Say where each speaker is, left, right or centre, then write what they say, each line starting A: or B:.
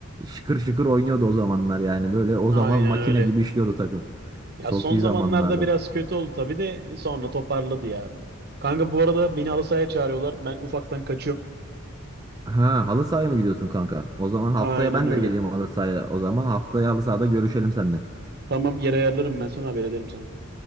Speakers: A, on the right; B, on the right.
A: şıkır şıkır oynuyordu o zamanlar yani. Böyle o
B: Aynen
A: zaman makine
B: öyle.
A: gibi işliyordu takım.
B: Ya
A: Çok
B: son
A: iyi
B: zamanlarda
A: zamanlardı.
B: biraz kötü oldu tabii de sonra toparladı ya. Kanka bu arada beni halı sahaya çağırıyorlar. Ben ufaktan kaçıyorum.
A: Ha, halı sahaya mı gidiyorsun kanka? O zaman haftaya
B: Aynen
A: ben
B: öyle.
A: de geleyim halı sahaya. O zaman haftaya halı sahada görüşelim seninle.
B: Tamam yer ayarlarım ben sana haber ederim sana.